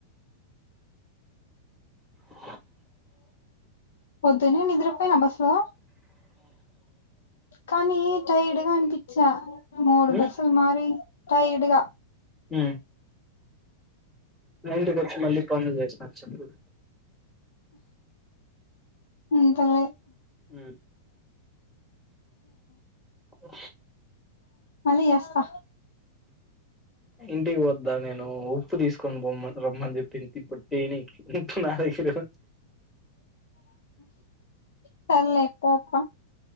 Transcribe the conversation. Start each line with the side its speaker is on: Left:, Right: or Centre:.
Centre: అ
Left: వొద్దు నే నిద్రపోయినా బస్సు లో కానీ టైర్డ్గా అనిపించా మూడు
Centre: ఉమ్
Left: బస్సులు మారి టైర్డ్గా
Centre: అ ఎంతచ్చ మళ్లి పను చేస్త నాచంపూర్
Left: అంతలే
Centre: అ అ
Left: మళ్ళీ చేస్తా
Centre: ఇంటికి వద్దా నేను ఉప్పు తీసుకొని బొమ్మ రమ్మని చెప్పింది ఇప్పుడు చేయనీ నా దెగ్గరే ఉం
Left: సర్లే పోప్ప